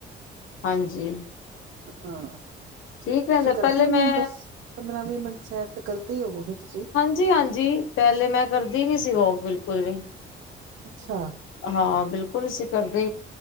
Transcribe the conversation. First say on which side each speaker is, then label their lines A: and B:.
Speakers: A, on the left; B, on the right.
A: ਹਾਂਜੀ।
B: ਹਾਂ।
A: ਠੀਕ ਰਹਿੰਦਾ
B: ਤੁਸੀ ਕਰਦੇ
A: ਪਹਿਲੇ
B: ਹੋਂਨੇ
A: ਮੈਂ
B: ਓ ਦਸ, ਪੰਦਰਾਂ ਵੀ ਮੇਂਟ ਸੈਰ ਤੇ ਕਰਦੇ ਈ ਹੋਵੋਗੇ ਤੁਸੀ।
A: ਜੀ ਹਾਂਜੀ, ਪੈਲੇ ਮੈਂ ਕਰਦੀ ਨੀ ਸੀ ਵੋਕ ਬਿਲਕੁਲ ਵੀ।
B: ਅੱਛਾ।
A: ਹਾਂ ਬਿਲਕੁਲ ਅਸੀਂ ਕਰਦੇ